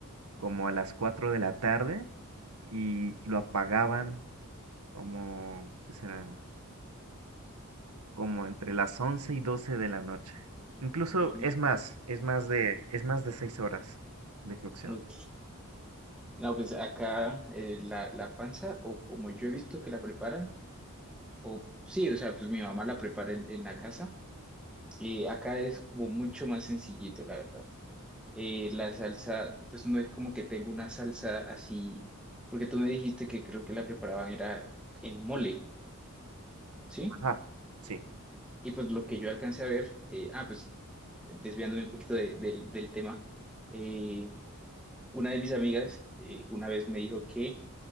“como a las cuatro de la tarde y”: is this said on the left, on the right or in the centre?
Right